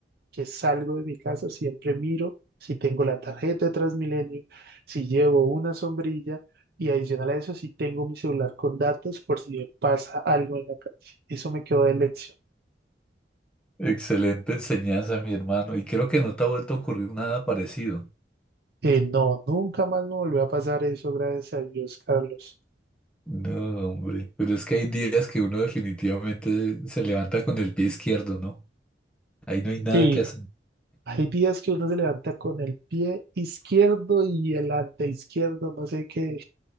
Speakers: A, on the right; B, in the centre.
A: que salgo de mi casa, siempre miro si tengo la tarjeta de Transmilenio, si llevo una sombrilla y adicional a eso, si tengo mi celular con datos por si me pasa algo en la calle. Eso me quedó de lección.
B: Excelente enseñanza, mi hermano. Y creo que no te ha vuelto a ocurrir nada parecido.
A: Eh, no, nunca más me volvió a pasar eso, gracias a Dios, Carlos.
B: No, hombre. Pero es que hay días que uno definitivamente se levanta con el pie izquierdo, ¿no? Ahí no hay nada
A: Sí,
B: que hacer.
A: hay días que uno se levanta con el pie izquierdo y el ante izquierdo, no sé qué